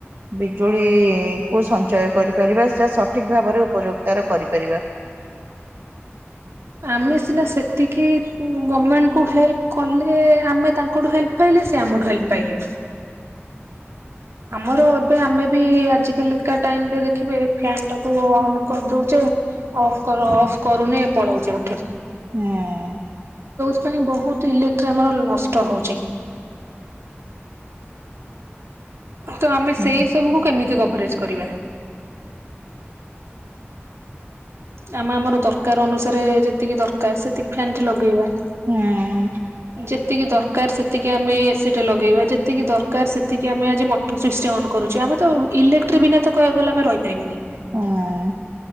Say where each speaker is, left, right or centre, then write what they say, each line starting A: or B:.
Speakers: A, on the right; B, on the right.
A: ବିଜୁଳି କୁ ସଞ୍ଚୟ କରିପାରିବା ଯା ସଠିକ ଭାବରେ ଉପଯୋଗିତା ର କରିପ ପାରିବା
B: ଆମେ ସିନା ସେତିକି ଗମେଣ୍ଟ କୁ ହେଲ୍ପ କଲେ ଆମେ ତାଙ୍କଠୁ ହେଲ୍ପ ପାଇଲ ଲେ ସେ ଆମଠୁ ହେଲ୍ପ ପାଇଲେ ଆମର ଏବେ ଆମେ ବି ଆଜି କାଲିକା ଟାଇମରେ ଦେଖିବେ ଫ୍ୟାନ ଟାକୁ ଅନ୍ କରିଦଉଚେ ଅଫ୍ କର ଅଫ୍ କରୁନେ ପଳଉଚେ ଉଠିକି
A: ହଁ।
B: ସେଥି ପାଇଁ ବହୁତ ଇଲେକ୍ଟ୍ରି ଆମର ନଷ୍ଟ ହଉଛି। ତ ଆମେ
A: ହୁଁ।
B: ସେଇ ସବୁକୁୁ କେମିତି କଭରେଜ କରିବା? ଆମେ ଆମର ଦରକାର ଅନୁସାରେ ଯେତିକି ଦରକାର ସେତିକି ଫ୍ୟାନଟି ଲଗେଇବା
A: ନାଉଁ
B: ଯେତିକି ଦରକାର ସେତିକି ଆମେ ଏ ସି ଟେ ଲଗେଇବା ଯେତିକି ଦରକାର ସେତିକି ଆମେ ଆଜି ମଟର ସ୍ଵିଚ ଅନ୍ କରୁ। ଚେ ଆମେ ତ ଇଲେକ୍ଟ୍ରି ବିନା ତ କହିବାକୁ ଗଲେ ଆମେ ରହିପାରିବାନି।
A: ଆଁ।